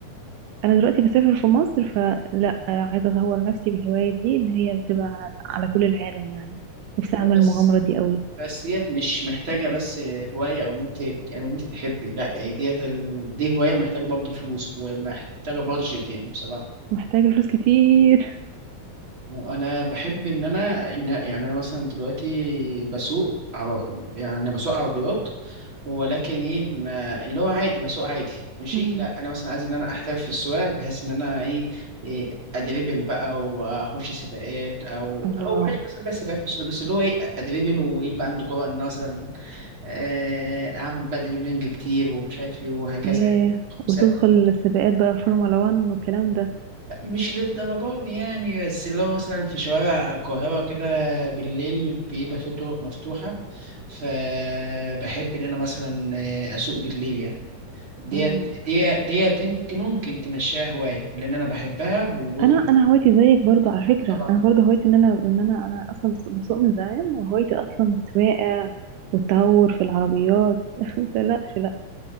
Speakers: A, on the right; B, on the right.
A: أنا دلوقتي بسافر في مصر فلا آه، عايزة أطور نفسي بالهواية دي اللي هي بتبقى على كل العالم يعني نفسي أعمل
B: بس
A: المغامرة دي أوي
B: بس ديت مش محتاجة بس هواية أو أنت أو أنت تحبي لأ ديت ال... دي هواية محتاجة برضه فلوس ومحتاجة بادجت يعني بصراحة
A: محتاجة فلوس كتير
B: وأنا بحب إن أنا إن يعني أنا مثلا دلوقتي بسوق عر... يعني بسوق عربيات ولكن إيه ما... اللي هو عادي بسوق عادي ماشي
A: مم.
B: لأ أنا مثلا عايز إن أنا أحترف في السواقة بحيث إن أنا إيه, إيه أدريبل بقى وأخش سباقات أو
A: الله
B: أو بلاش مثلا بس سباقات مش بس اللي هو إيه أدريبل ويبقى عنده جرأة إن أنا مثلا آه، اعمل بقى دريبلينج كتير ومش عارف ايه وهكذا
A: ياه
B: يعني خمسات
A: وتدخل
B: وكده.
A: السباقات بقى فورمولا 1 والكلام ده
B: لا، مش للدرجه دي يعني بس اللي هو مثلا في شوارع القاهره كده بالليل بيبقى فيه طرق مفتوحه فبحب ان انا مثلا آه، اسوق بالليل يعني ديت
A: مم.
B: ديت ديت انت ممكن تمشيها هوايه لان انا بحبها وكل
A: انا انا هوايتي زيك برضو على فكره
B: طبعا
A: انا برضو هوايتي ان انا ان انا انا اصلا بس- بسوق من زمان وهوايتي اصلا السواقه والتهور في العربيات <laughs> ما تقلقش لا